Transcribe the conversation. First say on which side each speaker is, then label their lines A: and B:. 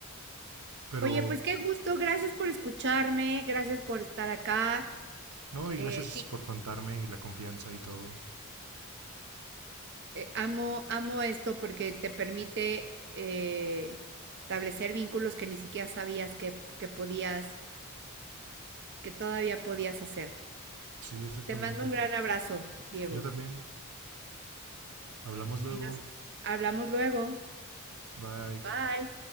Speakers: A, on the right; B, on the right.
A: Pero,
B: Oye, pues qué gusto, gracias por escucharme, gracias por estar acá.
A: no, y
B: Eh,
A: gracias
B: sí,
A: por contarme y la confianza y todo.
B: eh, amo, amo esto porque te permite eh, establecer vínculos que ni siquiera sabías que, que podías, que todavía podías hacer.
A: Sí, exactamente.
B: Te mando un gran abrazo, Diego.
A: Yo también. Hablamos luego.
B: Y nos hablamos luego.
A: Bye.
B: Bye.